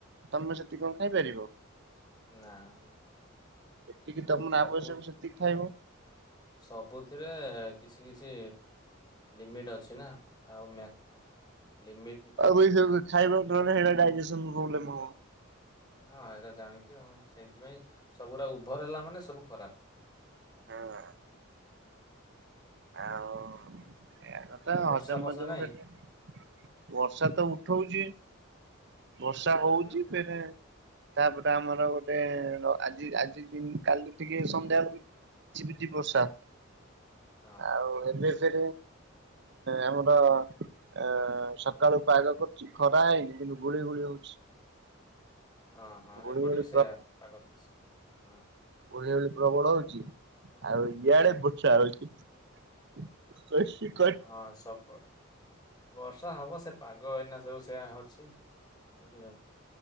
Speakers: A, on the right; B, on the left.
A: ତମେ ସେତିକି କଁ ଖାଇପାରିବ?
B: ନା ନା।
A: ଯେତିକି ତମର
B: ସବୁ
A: ଆବଶ୍ୟକ ସେତିକି ଖାଇବ।
B: ସବୁଥିରେ କିଛି କିଛି ଲିମିଟ୍ ଅଛି ନା ଆଉ ମ୍ୟା ଲିମିଟ୍।
A: ଆଉ କିଛି ସବୁ ଖାଇବ ତୁଳନାରେ ହେରା ଡାଇଜେସନ୍ ପ୍ରୋବ୍ଲେମ୍ ହବ।
B: ହଁ ଏଇଟା ଜାଣିକି ଆଉ ସେଇଥିପାଇଁ ସବୁୁରା ଉଭର୍ ହେଲା ମାନେ ସବୁ ଖରାପ।
A: ହଁ ଆଉ ଏୟା କଥା
B: ଆଉ
A: ହଜମ
B: ବର୍ଷା ଫର୍ଷା
A: ହଜମ
B: ନାଇଁ
A: ହେ ବର୍ଷା ତ ଉଠଉଛି ବର୍ଷା
B: ହୁଁ
A: ହଉଚି
B: ହୁଁ
A: ଫେରେ ତାପରେ ଆମର ଗୋଟେ ଆଜି ଆଜି ଦି କାଲି ଟିକେ ସନ୍ଧ୍ୟାବେଳକୁ ଝିପି ଝିପି ବର୍ଷା
B: ହଁ
A: ଆଉ ଏବେ ସେ ଆମର ଆ ସକାଳୁ ପାଗ କରୁଛି ଖରା ହେଇନି କିନ୍ତୁ ଗୁଳି ଗୁଳି ହଉଛି।
B: ହଁ ହଁ
A: ଗୁଳି
B: ଏପଟେ
A: ଗୁଳି
B: ବି ସେଇଆ ପାଗ ଚା ହୁଁ।
A: ଗୁଳୁଗୁଳି ପ୍ରବଳ ହଉଛି ଆଉ ଇଆଡେ
B: ହୁଁ
A: ବର୍ଷା ହଉଛି। <unintelligible>
B: ହଁ ସକଟ୍ ବର୍ଷା ହବ ସେ ପାଗ ଏଇନା ସବୁ ସେଆ ଅଛି। ବୁଝିଲ